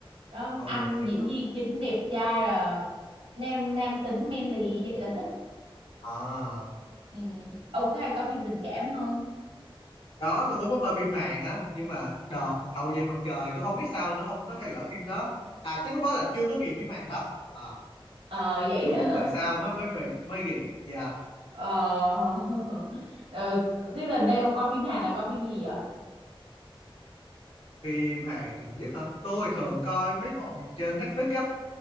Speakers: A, on the right; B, on the left.
A: đó
B: hậu
A: anh
B: duệ mặt trời
A: diễn viên chính đẹp trai là nam nam tính manly như vậy là thích
B: à
A: ừ. ông có hay coi phim tình cảm không
B: có tôi cũng có coi phim Hàn á nhưng mà đợt hậu về mặt trời tôi không biết sao tôi không có theo dõi phim đó à chắc lúc đó là chưa có ghiền phim Hàn lắm à
A: ờ vậy
B: kiểu
A: hả
B: khúc về sau mới mới về mới ghiền Dạ
A: ờ <laughs> Ờ, tức là đây ông coi phim Hàn là coi phim gì vậy
B: phim Hàn gần nhất hả tôi
A: ừ
B: thường coi mấy bộ trên Netflix á